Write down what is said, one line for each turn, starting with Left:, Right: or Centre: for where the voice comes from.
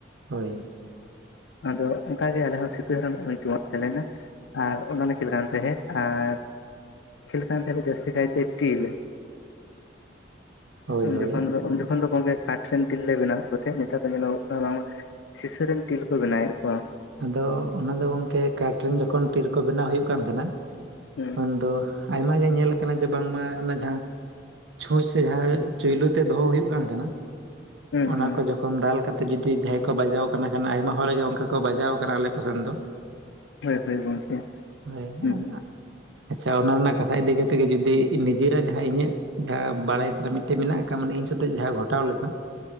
Right: ᱦᱳᱭ᱾
Left: ᱟᱫᱚ ᱚᱱᱠᱟ ᱜᱮ ᱟᱞᱮ ᱦᱚᱸ ᱥᱤᱛᱟᱹ ᱦᱚᱨᱚᱱ ᱧᱩᱛᱩᱢᱟᱜ ᱛᱟᱦᱮᱸ ᱞᱮᱱᱟ ᱟᱨ ᱚᱱᱟ ᱞᱮ ᱠᱷᱮᱞ ᱠᱟᱱ ᱛᱟᱦᱮᱸᱫ ᱟᱨ ᱠᱷᱮᱞ ᱠᱟᱱ ᱛᱟᱦᱮᱸᱫ ᱞᱮ ᱡᱟᱹᱥᱛᱤ ᱠᱟᱭᱛᱮ ᱴᱤᱞ᱾
Right: ᱦᱳᱭ
Left: ᱩᱱ
Right: ᱦᱳᱭ
Left: ᱡᱚᱠᱷᱚᱱ ᱫᱚ ᱩᱱ ᱡᱚᱠᱷᱚᱱ ᱫᱚ ᱜᱚᱝᱠᱮ ᱠᱟᱴᱷ ᱨᱮᱱ ᱴᱤᱞ ᱞᱮ ᱵᱮᱱᱟᱣᱮᱫ ᱠᱚ ᱛᱟᱦᱮᱸᱫ᱾ ᱱᱮᱛᱟᱨ ᱫᱚ ᱧᱮᱞᱚᱜᱚᱜ ᱠᱟᱱᱟ ᱵᱟᱝᱢᱟ ᱥᱤᱥᱟᱹ ᱨᱮᱱ ᱴᱤᱞ ᱠᱚ ᱵᱮᱱᱟᱣᱮᱫ ᱠᱚᱣᱟ᱾
Right: ᱟᱫᱚ ᱚᱱᱟ ᱫᱚ ᱜᱚᱢᱠᱮ ᱠᱟᱴ ᱨᱮᱱ ᱡᱚᱠᱷᱚᱱ ᱴᱤᱨ ᱠᱚ ᱵᱮᱱᱟᱣ ᱦᱩᱭᱩᱜ ᱠᱟᱱ ᱛᱟᱦᱮᱸᱱᱟ
Left: ᱦᱮᱸ᱾
Right: ᱩᱱᱫᱚ ᱟᱭᱢᱟ ᱜᱮ ᱧᱮᱞ ᱟᱠᱟᱱᱟ ᱡᱮ ᱵᱟᱝᱢᱟ ᱚᱱᱟ ᱡᱟᱦᱟᱸ ᱪᱷᱩᱸᱪ ᱥᱮ ᱡᱟᱦᱟᱸ ᱪᱩᱭᱞᱩ ᱛᱮᱫ ᱫᱚᱦᱚ ᱦᱩᱭᱩᱜ ᱠᱟᱱ ᱛᱟᱦᱮᱸᱱᱟ,
Left: ᱦᱩᱸ
Right: ᱚᱱᱟ
Left: ᱦᱩᱸ
Right: ᱠᱚ ᱡᱚᱠ ᱠᱷᱚᱱ ᱫᱟᱞ ᱠᱟᱛᱮ ᱡᱩᱫᱤ ᱡᱟᱦᱟᱸᱭ ᱠᱚ ᱵᱟᱡᱟᱣ ᱠᱟᱱᱟ ᱠᱷᱟᱱ ᱟᱭᱢᱟ ᱦᱚᱲᱜᱮ ᱚᱱᱠᱟ ᱠᱚ ᱵᱟᱡᱟᱣ ᱠᱟᱱᱟ ᱟᱞᱮ ᱠᱚ ᱥᱮᱱ ᱫᱚ᱾
Left: ᱦᱳᱭ ᱦᱳᱭ ᱜᱚᱝᱠᱮ
Right: ᱦᱳᱭ ᱧ ᱦᱟᱸᱜ
Left: ᱦᱩᱸ
Right: ᱟᱫᱚ ᱱᱟᱜ ᱟᱪᱪᱷᱟ ᱚᱱᱟ ᱨᱮᱱᱟᱜ ᱠᱟᱛᱷᱟ ᱤᱫᱤ ᱠᱟᱛᱮᱜ ᱜᱮ ᱡᱩᱫᱤ ᱱᱤᱡᱮᱨᱟᱜ ᱡᱟᱦᱟᱸ ᱤᱧᱟᱹᱜ-ᱼ ᱡᱟᱦᱟᱸ ᱵᱟᱲᱟᱭ ᱛᱮᱱᱟᱜ ᱢᱤᱫᱴᱮᱡ ᱢᱮᱱᱟᱜ ᱟᱠᱟᱫᱟ ᱢᱟᱱᱮ ᱤᱧ ᱥᱟᱛᱮᱜ ᱡᱟᱦᱟᱸ ᱜᱷᱚᱴᱟᱣ ᱞᱮᱱᱟ᱾